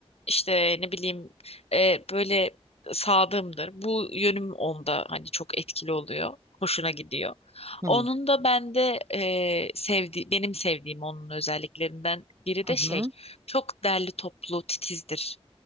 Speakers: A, on the left; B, on the right.
A: İşte ne bileyim e, böyle sadığımdır. Bu yönüm onda hani çok etkili oluyor. Hoşuna gidiyor.
B: Hmm.
A: Onun da bende e, sevdi, benim sevdiğim onun özelliklerinden biri
B: Hı
A: de
B: hı.
A: şey çok derli toplu titizdir.